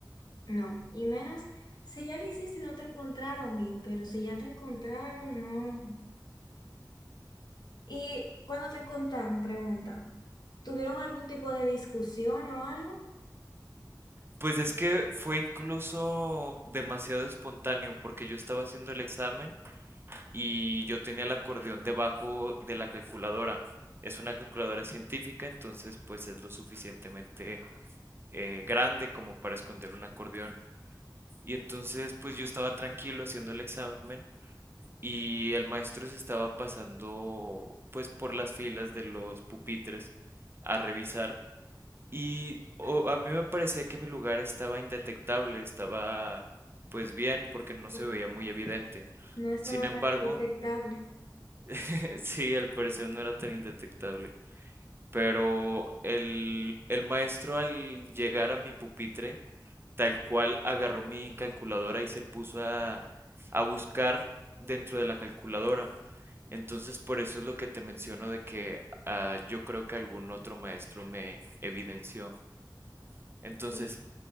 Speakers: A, on the left (about 60°); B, on the right (about 30°).
A: No, y menos si ya lo hiciste y no te encontraron bien, pero si ya te encontraron, no. Y cuando te encontraron, pregunta, ¿tuvieron algún tipo de discusión o algo?
B: Pues es que fue incluso demasiado espontáneo, porque yo estaba haciendo el examen y yo tenía el acordeón debajo de la calculadora. Es una calculadora científica, entonces pues es lo suficientemente eh, grande como para esconder un acordeón. Y entonces pues yo estaba tranquilo haciendo el examen y el maestro se estaba pasando pues por las filas de los pupitres a revisar y o- a mí me parecía que mi lugar estaba indetectable, estaba pues bien porque no
A: Pues,
B: se veía muy evidente.
A: No estaba
B: Sin embargo,
A: tan detectable.
B: <laughs> sí, al parecer no era tan indetectable. pero el, el maestro al llegar a mi pupitre, tal cual agarró mi calculadora y se puso a, a buscar dentro de la calculadora. Entonces, por eso es lo que te menciono de que ah, yo creo que algún otro maestro me evidenció. Entonces,
A: Pues,